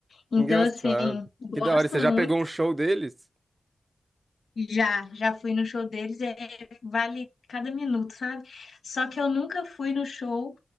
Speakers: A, on the left (about 80°); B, on the right (about 35°).
A: Então,
B: Engraçado.
A: assim, gosto
B: Que da hora. Você
A: muito.
B: já pegou um show deles?
A: Já, já fui no show deles, é, vale cada minuto, sabe? Só que eu nunca fui no show